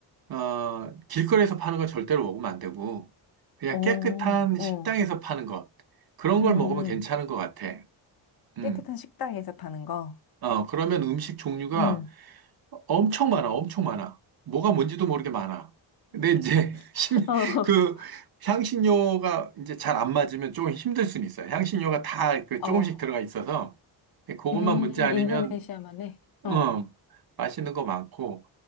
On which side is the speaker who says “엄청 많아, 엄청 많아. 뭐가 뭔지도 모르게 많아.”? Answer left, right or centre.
Right